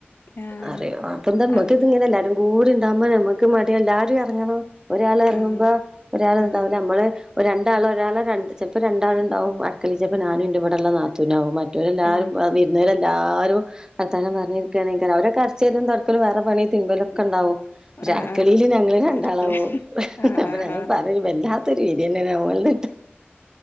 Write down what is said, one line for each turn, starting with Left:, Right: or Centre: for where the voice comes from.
Left: ആ
Right: അറിയും അപ്പൊ എന്തമ്മക്ക്
Left: ആ എന്താ
Right: ഇത്ങ്ങനെ എല്ലാരും കൂടിണ്ടാവുമ്പോ ഞമ്മക്ക് മ ടിയാ. എല്ലാരും എറങ്ങണം. ഒരാൾ ഇറങ്ങുമ്പോ
Left: ആ
Right: ഒരാൾ
Left: ആ
Right: ഉണ്ടാവില്ല നമ്മള് ഒരു ര രണ്ടാള് ഒരാൾ രണ്ട് ചെൽപ്പൊ രണ്ടാള് ഇണ്ടാവും അട്ക്കളീ ചെൽപ്പോ ഞാനും ന്റെ ഇവിടെ ഉള്ള നാത്തുനാവും മ എല്ലാരും
Left: ആ
Right: അ വിര്ന്ന രെല്ലാരും വർത്താനം പറഞ്ഞിരിക്കാണേക്കാരം ഓരൊക്ക അട്ച്ചെരലും തൊട്ക്കലും വേറെ പണി തിര്മ്പലൊക്കെണ്ടാവും.
Left: ആഹ്
Right: ക്ഷെ അടക്കളിയില്
Left: ആഹ്
Right: ഞങ്ങള് രണ്ടാളാവോ
Left: അടുക്കളെ ആഹ്
Right: അപ്പൊ ഞങ്ങൾ
Left: ആഹ്
Right: പറയും വല്ല ഒരു രീതി തന്നെ ആവൂലേ